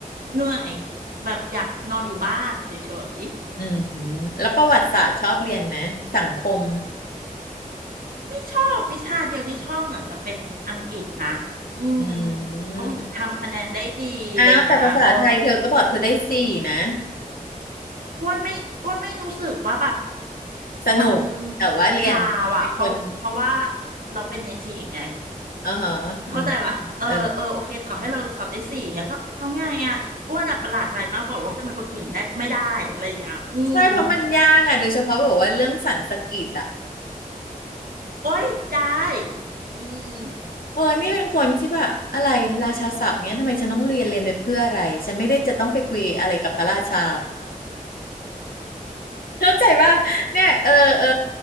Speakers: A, on the right (about 80°); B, on the left (about 80°).
A: เหนื่อยแบบอยากนอนอยู่บ้านเฉย
B: อืมแล้วประวัติศาสตร์ชอบเรียนไหมสังคม
A: ไม่ชอบวิชาเดียวที่ชอบเหมือนจะเป็นอังกฤษนะอืม
B: อืม
A: เพราะเหมือนทำคะแนนได้ดีอะไรอย่างเงี้ยเออ
B: อ้าวแต่ภาษาไทยเธอก็บอกเธอได้สี่นะ
A: อ้วนไม่อ้วนไม่รู้สึกว่าแบบ
B: สนุกแต่ว่าเรียนเป็นคน
A: มันพราวอะเพราะเพราะว่าเราเป็นเนทีฟไง
B: อ๋อฮะอืม
A: เข้าใจปะเออเออโอเคต่อให้เราสอบได้สี่อย่างเงี้ยก็แล้วไงอะอ้วนอะประหลาดใจมากกว่าว่าทำไมคนอื่นได้ไม่ได้อะไรอย่างเงี้ยอืม
B: เออใช่เพราะมันยากอ่ะโดยเฉพาะแบบว่าเรื่องสันสกฤตอ่ะ
A: โอ๊ยได้อืม
B: เออนี่เป็นคนที่แบบอะไรราชาศัพท์เนี้ยทำไมฉันต้องเรียนเรียนไปเพื่ออะไรฉันไม่ได้จะต้องไปคุยอะไรกับพระราชาเข้าใจป่ะเนี่ยเออเออ